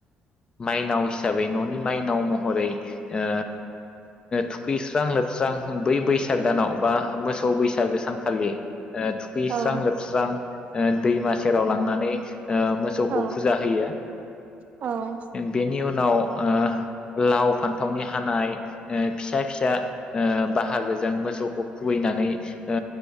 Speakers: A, on the left (about 30°); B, on the right (about 50°).
A: माइनाव हिसाबै ननि माइनाव महरै ओ थुखैस्रां लोब सा बै बैसाग दानाव बा मोसां बैसागो सानखाालि ओ थुखैस्रां
B: औ
A: लोबस्रां ओ दैमासे सेराव लांनानै म <unintelligible> ओ मोसौखौ
B: औ
A: फुजा होयो
B: औ
A: बेनि उनाव ओ लाव फान्थावनि हानाय ओ फिसा फिसा ओ बाहागोजों मोसौखौ खुबैनानै ओ